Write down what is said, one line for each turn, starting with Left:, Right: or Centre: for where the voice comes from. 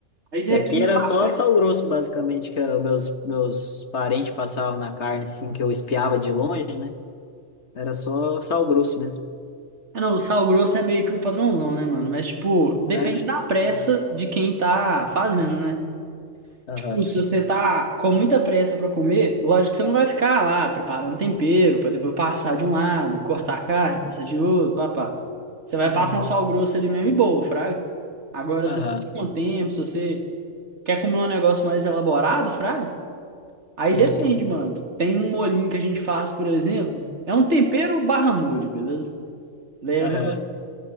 Right: Aí depende
Left: Que aqui era
Right: da
Left: só
Right: pressa.
Left: sal grosso, basicamente, que os meus, meus parentes passavam na carne, assim, que eu espiava de longe, né? Era só sal grosso mesmo.
Right: É, Não, o sal grosso é meio que o padrãozão, né, mano? Mas, tipo, depende
Left: É, né?
Right: da pressa
Left: Então,
Right: de quem tá fazendo, né?
Left: Aham.
Right: Tipo, se você tá com muita pressa pra comer, lógico que você não vai ficar lá preparando tempero pra depois passar de um lado, cortar a carne, passar de outro, papá. Você vai
Left: uhum,
Right: passar um sal grosso ali mesmo e boa, fraga. Agora,
Left: aham,
Right: se você tem um tempo, se você quer comer um negócio mais elaborado, fraga, aí
Left: Sim,
Right: depende,
Left: sim.
Right: mano. Tem um molhinho que a gente faz, por exemplo, é um tempero barra molho, beleza? Leva
Left: aham,